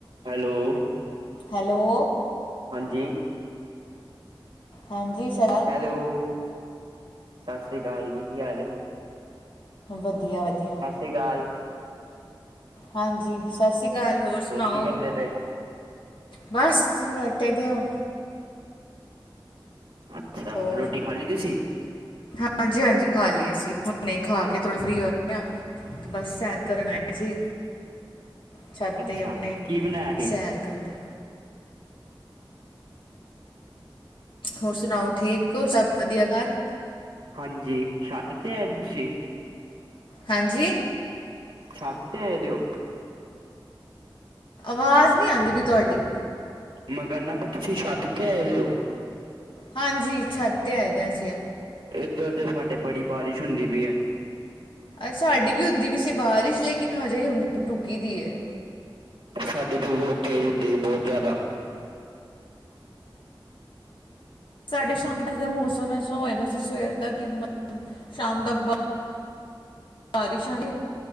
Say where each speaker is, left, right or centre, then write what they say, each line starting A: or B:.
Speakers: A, on the right; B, on the left.
A: ਹੈਲੋ
B: ਹੈਲੋ
A: ਹਾਂਜੀ
B: ਹਾਂਜੀ ਸਰ
A: ਹੈਲੋ ਸਸ ਸ੍ਰੀ ਕਾਲ ਜੀ, ਕੀ ਹਾਲ ਏ।
B: ਵਧੀਆ-ਵਧੀਆ
A: ਸਤਿ ਸ੍ਰੀ ਅਕਾਲ
B: ਹਾਂਜੀ ਸਸ ਸ੍ਰੀ ਕਾਲ ਹੋਰ ਸੁਣਾਓ।
A: ਕੀ ਕਰਦੇ ਪਏ
B: ਬਸ ਲੇਟੇ ਦੇ ਆ।
A: ਅੱਛਾ
B: ਹੋਰ,
A: ਰੋਟੀ ਖਾ ਲਈ ਤੁਸੀਂ
B: ਹਾਂਜੀ-ਹਾਂਜੀ ਖਾ ਲੀ ਅਸੀ। ਹੁਣੇ ਹੀ ਖਾ ਕੇ ਥੋੜਾ ਫਰੀ ਹੋਏ ਆ ਬਸ ਸੈਰ ਕਰਨ ਆਏ ਸੀ। ਛੱਤ
A: ਅੱਛਾ
B: ਤੇ ਆਪਨੇ
A: ਕੀ ਬਣਾਇਆ ਸੀ
B: ਸੈਰ ਕਰਦੇ ਹੋਰ ਸੁਣਾਓ ਠੀਕ ਹੋ ਸਭ ਵਧੀਆ ਘਰ।
A: ਹਾਂਜੀ ਛੱਤ ਤੇ ਆਏ ਤੁਸੀ।
B: ਹਾਂਜੀ
A: ਛੱਤ ਤੇ ਹੈ ਦੇ ਹੋ।
B: ਆਵਾਜ਼ ਨੀ ਆਂਦੀ ਪਈ ਤੁਹਾਡੀ।
A: ਮੈਂ ਕਰਦਾ ਪਿਆ ਤੁਸੀ ਛੱਤ ਤੇ ਆਏ ਦੇ ਹੋ।
B: ਹਾਂਜੀ ਛੱਤ ਤੇ ਆਏ ਦੇ ਅਸੀ।
A: ਏਧਰ ਤੇ ਸਾਡੇ ਬੜੀ ਬਾਰਿਸ਼ ਹੁੰਦੀ ਪਈ ਏ।
B: ਸਾਡੀ ਵੀ ਹੁੰਦੀ ਪੀ ਸੀ ਬਾਰਿਸ਼ ਲੇਕਿਨ ਹਜੇ ਰੁਕੀ ਦੀ ਏ।
A: ਸਾਡੇ ਤੇ ਬਹੁਤ ਤੇਜ਼ ਹੁੰਦੀ ਹੈ ਬਹੁਤ ਜਾਦਾ।
B: ਸਾਡੇ ਸ਼ਾਮੀ ਇਧਰ ਦਾ ਮੌਸਮ ਐਸਾ ਹੋਇਆ ਦਾ ਸੀ ਸਵੇਰ ਦਾ ਕਿ ਮਤਲਬ ਸ਼ਾਮ ਤੱਕ ਬ ਬਾਰਿਸ਼ ਆਗੇ